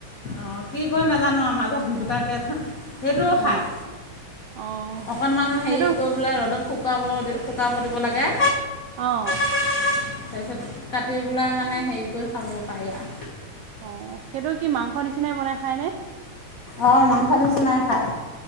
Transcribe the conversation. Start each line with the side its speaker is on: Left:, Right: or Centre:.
Left: অঁ কি কৰি নাজানো আও মাজত গোটাকে সেইটোয়ো
Right: অ
Left: খায়।
Right: অ
Left: অকণমান হেৰি
Right: সেইটো
Left: কৰিবলৈ ৰ'দত শুকাব শুকাব দিব লাগে।
Right: অঁ।
Left: তাৰপিছত কাটি পেলাই মানে হেৰি কৰি খাব পাৰি আও।
Right: অঁ সেইটো কি মাংস নিচিনাই বনাই খাই নে?
Left: অঁ মাংস নিচিনাই খাই।